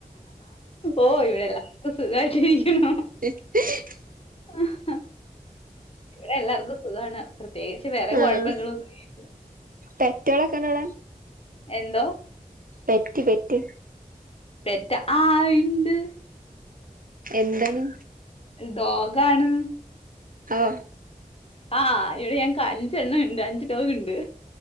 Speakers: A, on the left (about 40°); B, on the right (about 70°).
A: ഓ ഇവിടെ എല്ലാക്കും സുഖായിട്ട് ഇരിക്ക്ണു
B: <unintelligible>
A: ആഹ ഇടെ എല്ലാർക്കും സുഖാണ് പ്രത്യേകിച്ച് വേറെ
B: ആഹ്
A: കൊഴപ്പങ്ങളൊന്നുവില്ല
B: പെറ്റോളൊക്കെ ഉണ്ടോ അവിടെ
A: എന്തോ
B: പെറ്റി പെറ്റി
A: പെറ്റ ആ ഇണ്ട്
B: എന്താണ്
A: ഡോഗാണ്
B: ഹാ
A: ആഹ് ഇവിടെ ഞങ്ക് അഞ്ചെണ്ണ ഇണ്ട് അഞ്ച് ടോഗിണ്ട്